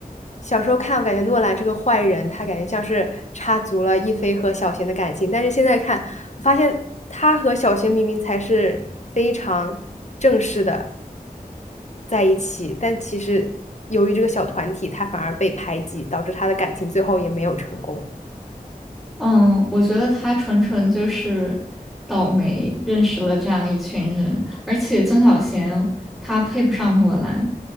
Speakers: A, on the left; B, in the centre.
A: 小时候看，我感觉诺兰这个坏人，他感觉像是插足了一菲和小贤的感情，但是现在看，我发现他和小贤明明才是非常正式的在一起，但其实由于这个小团体，他反而被排挤，导致他的感情最后也没有成功。
B: 嗯，我觉得他纯纯就是倒霉，认识了这样一群人，而且曾小贤他配不上诺兰，